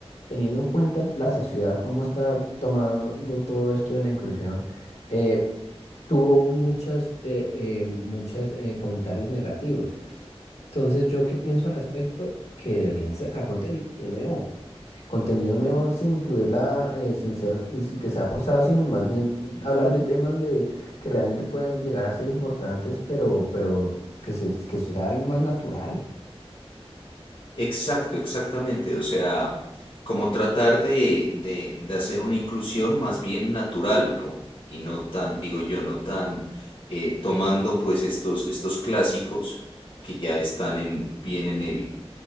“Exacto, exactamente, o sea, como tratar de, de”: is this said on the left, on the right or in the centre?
Left